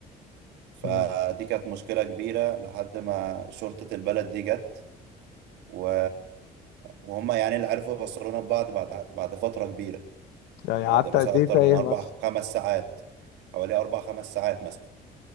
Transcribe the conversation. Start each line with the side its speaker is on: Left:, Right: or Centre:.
Right: فدي
Left: امم
Right: كانت مشكلة كبيرة لحد ما شرطة البلد دي جت و... وهم يعني اللي عرفوا يوصلونا ببعض بعد بعد فترة كبيرة
Left: يعني
Right: بعد
Left: قعدت
Right: مثلا
Left: قد
Right: أكتر
Left: ايه تايه
Right: من أربع
Left: مثلا
Right: <laughs> خمس ساعات حوالي أربع خمس ساعات مثلا